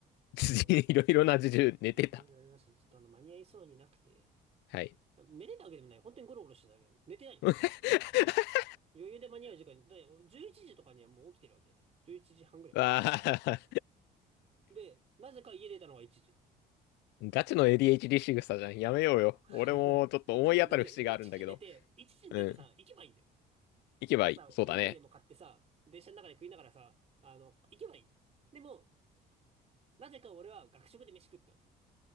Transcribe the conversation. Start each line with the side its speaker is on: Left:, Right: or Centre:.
Left: <laughs>
Right: あの、
Left: いろいろな事情寝てた。
Right: いいろいろありまして、ちょっとあの、間に合いそうになくて、
Left: はい。
Right: 寝てたわけでもない。本当にゴロゴロしてたわけよ。寝てない。
Left: <laughs>
Right: 余裕で間に合う時間に、だって11時とかにはもう起きてるわけ。11時半ぐらい。
Left: わあ、
Right: で、なぜか家出たのが1時。
Left: ガチの ADHD 仕草じゃん。やめようよ。
Right: そう。
Left: 俺もちょっと思い当たる節があるんだけど。
Right: <laughs> で1時に出て、で、1時に出て、1時に出てさ、
Left: うん。
Right: 行けばいいんだよ。
Left: 行けばいい。
Right: もうさ、
Left: そうだね。
Right: おにぎりでも買ってさ、電車の中で食いながらさ、あの、行けばいい。でも、なぜか俺は学食で飯食ったの。